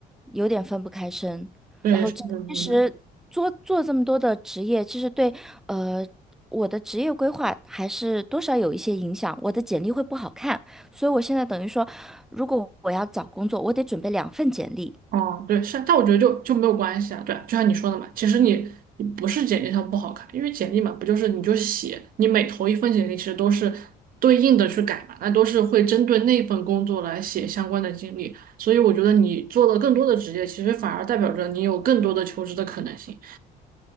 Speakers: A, in the centre; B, on the right.
A: 有点分不开身。
B: 对，
A: 然后这其实做做这么多的职业，
B: 是的，明白
A: 其实对呃我的职业规划还是多少有一些影响，我的简历会不好看。所以我现在等于说，如果我要找工作，我得准备两份简历。
B: 哦，对，是，但我觉得就就没有关系啊。对啊，就像你说的嘛，其实你你不是简历上不好看，因为简历嘛，不就是你就写，你每投一份简历，其实都是对应的去改嘛，那都是会针对那份工作来写相关的经历。所以我觉得你做了更多的职业，其实反而代表着你有更多的求职的可能性。